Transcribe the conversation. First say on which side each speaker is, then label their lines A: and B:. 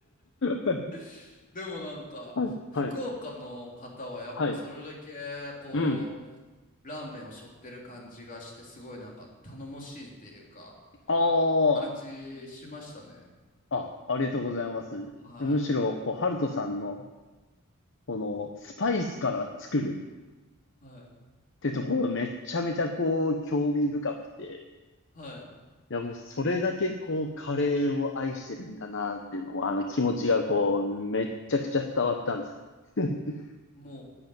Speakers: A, on the left; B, on the left.
A: かに。
B: <laughs> でもなんか、
A: はい。
B: 福岡の方はやっぱそれだけ、
A: はい。はい。
B: こ
A: うん。
B: う、ラーメンを背負ってる感じがして、すごいなんか頼もしいっていうか、
A: あ
B: 感じしましたね。
A: あ。あ、ありがとうございます。
B: は
A: むしろ、こう、ハルトさんの、この、スパイスから作る
B: い。はい。
A: ってところめちゃめちゃこう、興味深くて。
B: はい。
A: いやもうそれだけこうカレーを愛してるんだなっていうのをあの気持ちがこうめっちゃくちゃ伝わったんですよ。
B: はい。
A: <laughs>
B: もう